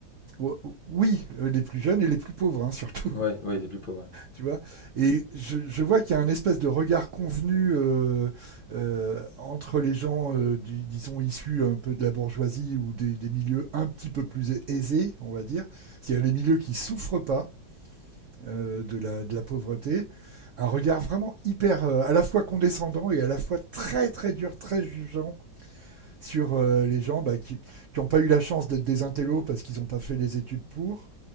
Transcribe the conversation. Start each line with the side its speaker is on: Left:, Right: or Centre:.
Right: oh, oui, euh, les plus jeunes et les plus pauvres, hein, surtout.
Left: Ouais, ouais, les plus pauvres,
Right: Tu vois Et je, je vois qu'il y a un espèce de regard convenu euh, euh, entre les gens, euh, du- disons, issus un peu de la bourgeoisie ou des, des milieux un petit peu plus aisés, on va dire, c'est-à-dire les milieux qui souffrent pas euh, de la, de la pauvreté, un regard vraiment hyper, euh, à la fois condescendant et à la fois très très dur, très jugeant sur euh, les gens bah, qui n'ont pas eu la chance d'être des intellos parce qu'ils n'ont pas fait les études pour,